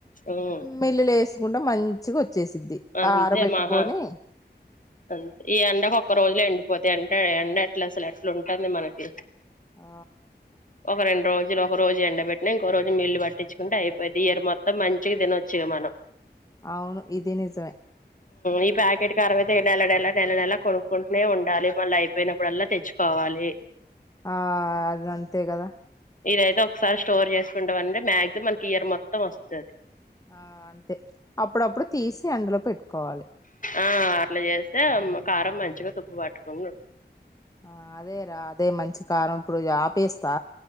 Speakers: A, on the left; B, on the left.
A: ఉమ్
B: మిల్ వేసుకుంట మంచిగా వచ్చేసిద్ది
A: అంతే
B: ఆ ఆరబెట్టుకొని
A: మహా అంతే ఈ ఎండకు ఒక్క రోజులే ఎండిపోతాయి ఎంట ఎండ ఎట్లా అసలు ఎట్లా ఉంటుంది మనకి
B: ఆ
A: ఒక రెండు రోజలు ఒక రోజు ఎండెట్టినా ఇంకో రోజు మీల్లు పట్టించుకుంట అయిపోయిది ఇయ మొత్తం మంచిగా తినొచ్చు ఇగా మనం
B: అవును ఇది నిజమే
A: ఈ ప్యాకెట్ క అ అయితే నెల నెల నెల నెలలా కొనుక్కుంటూనే ఉండాలి మళ్ళీ అయిపోయినప్పుడల్లా తెచ్చుకోవా వలి
B: ఆ అదంతే కదా
A: ఇదైతే ఒకసారి స్టోర్ చేసుకుంటా అంటే మాక్సిమం మనకి ఇయర్ మొత్తం వస్తుంది
B: ఆ అంతే అప్పుడప్పుడు తీసి అందులో పెట్టుకోవాలి
A: ఆ ఆటలు చేస్తే కారం మంచిగా తుప్పు పట్టుకుండా ఉంటుంది
B: ఆ అదే రా అదే మంచి కారం ఇప్పుడు ఆపేస్తా